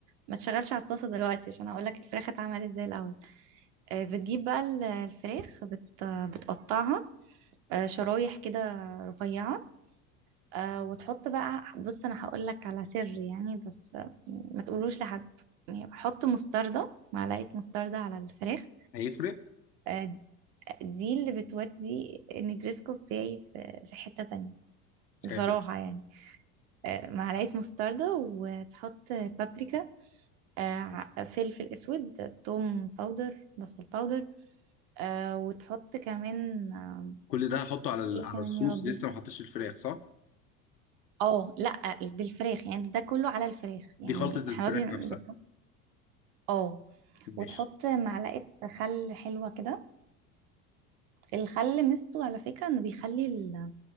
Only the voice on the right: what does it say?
ما تشغلش على الطاسه دلوقتي عشان هقولك الفراخ اتعمل ازاي الاول آه، بتجيب بقى ال- الفراخ بت... بتقطعها آه، شرايح كده رفيعة آه، وتحط بقى بص أنا هقول لك على سر يعني بس آه، ما تقولوش لحد يعني حط مستردة معلقة مستردة على الفراخ
آه، دي اللي بتودي النجريسكو بتاعي في في حتة تانية بصراحة
يعني آه، معلقة مستردة وتحط بابريكا آه، ع- فلفل أسود توم باودر بصل باودر آه، وتحط كمان آه،
ايه
كمان
يا ربي
اه لا بالفراخ يعني ده كله على الفراخ يعني
احنا دلوقتي
بنحط- اه
وتحط معلقة خل حلوة كده الخل ميزته على فكرة انه بيخلي ال-